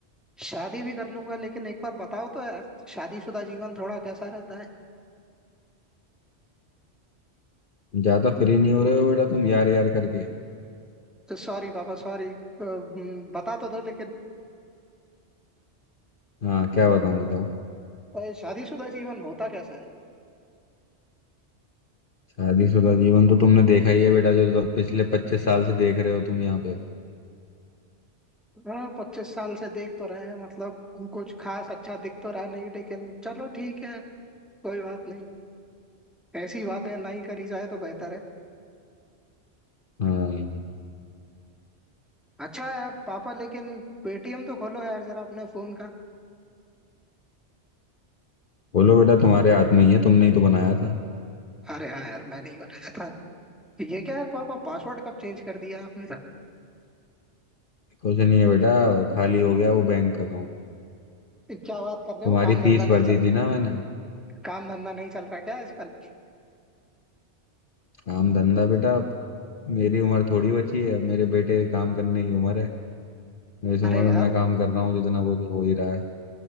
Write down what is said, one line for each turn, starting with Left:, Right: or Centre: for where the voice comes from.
Centre: शादी भी कर लूंगा लेकिन एक बार बताओ तो यार शादीशुदा जीवन थोड़ा कैसा रहता है
Left: ज्यादा फ्री नहीं हो रहे हो बेटा तुम यार यार करके
Centre: तो सॉरी पापा सॉरी बता तो दो लेकिन
Left: हाँ क्या बताऊं बताओ
Centre: अ, शादीशुदा जीवन होता कैसा है
Left: शादीशुदा जीवन तो तुमने देखा ही है बेटा जो तो पिछले पच्चीस साल से देख रहे हो तुम यहाँ पे
Centre: हाँ पच्चीस साल से देख तो रहे हैं मतलब कुछ खास अच्छा दिख तो रहा नहीं लेकिन चलो ठीक है कोई बात नहीं ऐसी बातें ना ही करी जाए तो बेहतर है
Left: हाँ
Centre: अच्छा यार पापा लेकिन पेटीएम तो खोलो यार जरा अपने फोन का
Left: बोलो बेटा तुम्हारे हाथ में ही है तुमने ही तो बनाया था
Centre: अरे हाँ यार मैं नहीं बनाया था ये क्या यार पापा पासवर्ड कब चेंज कर दिया आपने
Left: कुछ नहीं है बेटा खाली हो गया वो बैंक का
Centre: क्या बात कर रहे
Left: तुम्हारी
Centre: हो काम धंधा
Left: फीस
Centre: नहीं
Left: भर दी थी ना मैंने
Centre: काम धंधा नहीं चल रहा क्या आजकल
Left: काम धंधा बेटा अब मेरी उम्र थोड़ी बची है अब मेरे बेटे के काम करने की उम्र है इस उम्र
Centre: अरे यार
Left: में मैं काम कर रहा हूँ जितना वो तो हो ही रहा है